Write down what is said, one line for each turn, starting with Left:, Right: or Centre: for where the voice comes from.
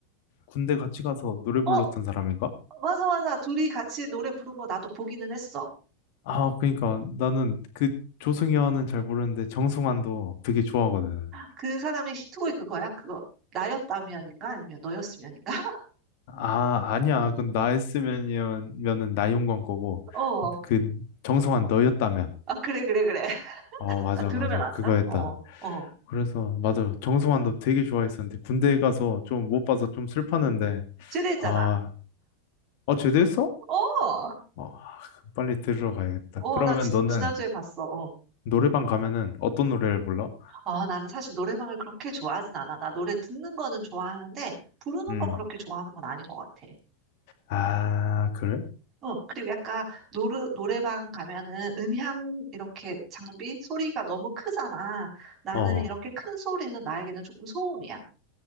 Left: 군대 같이 가서 노래
Right: 어,
Left: 불렀던 사람인가?
Right: 맞아, 맞아. 둘이 같이 노래 부른 거 나도 보기는 했어.
Left: 아, 그러니까 나는 그 조승연은 잘 모르는데 정승환도 되게 좋아하거든.
Right: 그 사람이 시트고이 그거야? 그거 나였다면인가? 아니면 너였으면인가? <laughs>
Left: 아, 아니야. 그건 나였으면이면은 나윤건 거고
Right: 어.
Left: 그 정승환 너였다면.
Right: 아, 그래, 그래, 그래.
Left: 어,
Right: <laughs>
Left: 맞아,
Right: 나 들으면
Left: 맞아.
Right: 안다?
Left: 그거였다.
Right: 어, 어.
Left: 그래서 맞아. 정승환도 되게 좋아했었는데 군대에 가서 좀 못 봐서 좀 슬펐는데
Right: 제대했잖아.
Left: 아, 어 제대했어?
Right: 어,
Left: 어, 빨리 들으러 가야겠다.
Right: 어,
Left: 그러면
Right: 나 지,
Left: 너는
Right: 지난주에 봤어. 어.
Left: 노래방 가면은 어떤 노래를 불러?
Right: 아, 나는 사실 노래방을 그렇게 좋아하진 않아. 나 노래 듣는 거는 좋아하는데, 부르는
Left: 음.
Right: 건 그렇게 좋아하는 건 아닌 것 같아.
Left: 아, 그래?
Right: 어, 그리고 약간 노르, 노래방 가면은 음향 이렇게 장비 소리가 너무 크잖아. 나는
Left: 어.
Right: 이렇게 큰 소리는 나에게는 조금 소음이야.